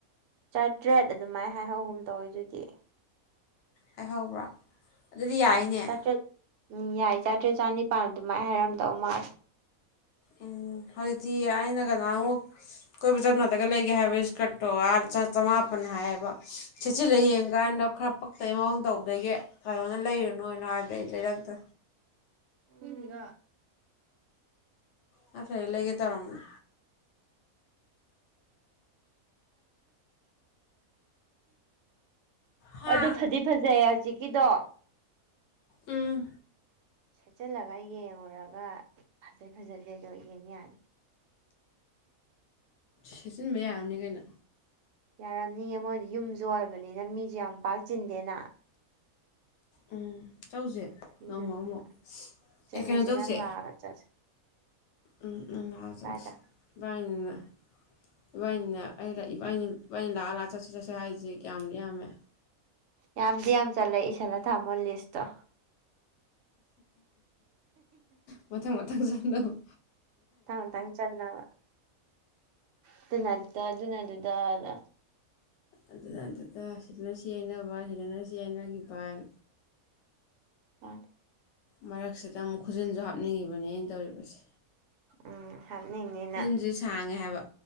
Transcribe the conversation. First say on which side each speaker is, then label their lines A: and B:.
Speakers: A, on the right (about 65°); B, on the left (about 60°).
A: ꯆꯥꯇ꯭ꯔꯦꯠ ꯑꯗꯨꯃꯥꯏꯅ ꯍꯥꯏꯍꯧꯒꯨꯝ ꯇꯧꯏ ꯗꯨꯗꯤ
B: ꯍꯥꯏꯍꯧꯕ꯭ꯔꯣ ꯑꯗꯨꯗꯤ ꯌꯥꯏꯅꯦ
A: ꯎꯝ ꯆꯥꯇ꯭ꯔꯦꯠ ꯎꯝ ꯌꯥꯏ ꯆꯥꯇ꯭ꯔꯦꯠ ꯆꯥꯅꯤꯄꯥꯥꯟ ꯑꯗꯨꯃꯥꯏꯅ ꯍꯥꯏꯔꯝꯗꯧ ꯃꯥꯜꯂꯦ
B: ꯎꯝ ꯍꯧꯖꯤꯛꯇꯤ ꯑꯩꯅ ꯀꯅꯥꯃꯨꯛ ꯀꯣꯏꯕ ꯆꯞꯅꯗꯒ ꯂꯩꯒꯦ ꯍꯥꯏꯕ ꯏꯁꯀꯠꯇꯣ ꯑꯥ ꯆꯥ ꯆꯃꯥꯄꯟ ꯍꯥꯏꯌꯦꯕ ꯁꯦꯁꯤꯜꯂ ꯌꯦꯡ ꯀꯥꯏꯅꯗꯣ
A: ꯎꯝ
B: ꯈꯔ ꯄꯛꯇꯩ ꯃꯑꯣꯡ ꯇꯧꯗꯒꯤ ꯀꯥꯏꯔꯣꯅ ꯂꯩꯔꯨꯅꯣꯅ ꯍꯥꯏꯕꯗ ꯑꯩ ꯂꯩꯔꯛꯇ꯭ꯔꯦ
A: ꯏꯜꯂꯤꯒ
B: ꯅꯇ꯭ꯔꯗꯤ ꯂꯩꯒꯦ ꯇꯧꯔꯝꯕꯅꯤ ꯍꯥ
A: ꯑꯗꯨ ꯐꯗꯤ ꯐꯥꯖꯩ ꯍꯧꯖꯤꯛꯀꯤꯗꯣ
B: ꯎꯝ
A: ꯁꯦꯠꯆꯜꯂꯒ ꯌꯦꯡꯉꯨꯔꯒ ꯐꯖꯩ ꯐꯖꯗꯦ ꯗꯣ ꯌꯦꯡ ꯌꯥꯅꯤ
B: ꯁꯦꯆꯟꯕ ꯌꯥꯔꯝꯅꯤ ꯀꯩꯅꯣ
A: ꯌꯥꯔꯝꯅꯤ ꯃꯣꯏꯗꯤ ꯌꯨꯝꯁꯨ ꯑꯣꯏꯕꯅꯤꯅ ꯃꯤꯁꯨ ꯌꯥꯝ ꯄꯥꯛ ꯆꯤꯟꯗꯦꯅ
B: ꯎꯝ ꯆꯧꯁꯦ
A: ꯑꯗꯨꯗꯨꯅ
B: ꯉꯣꯡꯃꯣ ꯑꯃꯣ
A: ꯆꯠꯂꯨꯁꯦ
B: ꯑꯦ ꯀꯩꯅꯣ ꯆꯧꯁꯦ
A: ꯅꯪ <inaudible>
B: ꯎꯝ ꯂꯥꯖꯧꯁ
A: ꯀꯥꯏꯗ
B: ꯏꯕꯅꯤꯅ ꯏꯕꯥꯅꯤꯅꯦ ꯑꯩ ꯏꯕꯥꯅꯤ ꯏꯕꯅꯤ ꯂꯥꯛꯑ ꯂꯥꯛ ꯆꯠꯁꯤ ꯆꯠꯁꯦ ꯍꯥꯏꯔꯤꯁꯤ ꯀꯌꯥꯝꯗꯤ ꯌꯥꯝꯃꯦ
A: ꯌꯥꯝꯗꯤ ꯌꯥꯝ ꯆꯜꯂꯦ ꯏꯁꯜꯂ ꯊꯝꯃꯣ ꯂꯤꯁꯇꯣ꯫
B: ꯃꯊꯪ ꯃꯊꯪ <unintelligible>
A: ꯃꯊꯪ ꯃꯊꯪ ꯆꯠꯅꯕ ꯑꯗꯨꯅ ꯑꯗꯨꯗ ꯑꯗꯨꯅ ꯑꯗꯨꯗꯅ
B: ꯑꯗꯨꯅ ꯑꯗꯨꯗ ꯁꯤꯗꯅ ꯁꯤ ꯍꯥꯏꯅꯕ ꯁꯤꯗꯅ ꯁꯤ ꯍꯥꯏꯅꯈꯤꯕꯥꯏ
A: ꯑꯝ
B: ꯃꯔꯛꯁꯤꯗ ꯑꯃꯨꯛ ꯈꯨꯖꯤꯟꯁꯨ ꯍꯥꯞꯅꯤꯡꯉꯤꯕꯅꯦ ꯑꯩꯅ ꯇꯧꯔꯤꯕꯁꯦ
A: ꯎꯝ ꯍꯥꯞꯅꯤꯡꯉꯤꯅ
B: ꯈꯨꯖꯤꯟꯁꯨ ꯁꯥꯡꯉꯦ ꯍꯥꯏꯕ